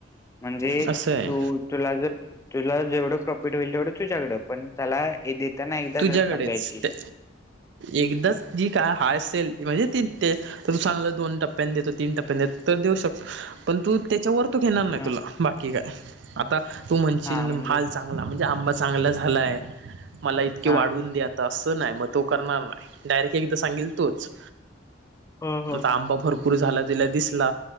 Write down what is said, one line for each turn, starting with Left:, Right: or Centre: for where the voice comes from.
Left: म्हणजे
Right: असं आहे
Left: तू तुला जर तुला जेवढं प्रॉफिट होईल तेवढं तुझ्याकडं पण त्याला हे देताना एकदाच
Right: तुझ्याकडेच
Left: रक्कम द्यायची.
Right: ते एकदाच जी काय हाय सेल म्हणजे ते तर चांगलं दोन टप्प्यानी देतो तीन टप्प्यानी देतो तर देऊ शकतो पण तु त्याच्यावर तो घेणार नाय
Left: हा
Right: तुला बाकी काय आता तू म्हणशील
Left: हा म्हणजे
Right: माल चांगला म्हणूजे आबां चांगला झालं आहे मला इतके
Left: हा.
Right: वाढवून दे आता असं नाही मग तो करणार नाही डायरेक्ट एकदा सांगल तोच
Left: हा हा
Right: आंबा भर पुढे झाला तिला दिसला?